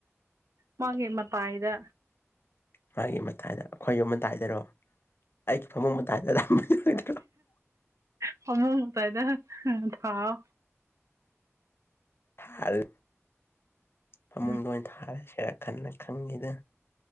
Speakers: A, on the right (about 80°); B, on the left (about 50°).
A: ꯃꯥꯒꯤ ꯃꯇꯥꯏꯗ
B: ꯃꯥꯒꯤ ꯃꯇꯥꯏꯗ ꯑꯩꯈꯣꯏ ꯌꯨꯝ ꯃꯇꯥꯏꯗꯔꯣ ꯑꯩꯒꯤ ꯐꯃꯨꯡ ꯃꯇꯥꯏꯗꯔꯥ <unintelligible>
A: ꯐꯃꯨꯡ ꯃꯇꯥꯏꯗ ꯍꯥ ꯍ-ꯊꯥꯎ
B: ꯊꯥ - ꯏ ꯐꯃꯨꯡꯗ
A: ꯎꯝ
B: ꯑꯣꯏꯅ ꯊꯥꯔꯁꯤꯔ ꯈꯟꯅ ꯈꯪꯉꯤꯗ